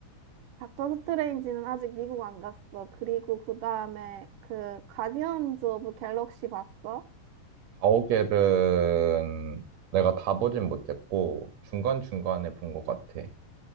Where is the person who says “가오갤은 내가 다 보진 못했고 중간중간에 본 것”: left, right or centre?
Right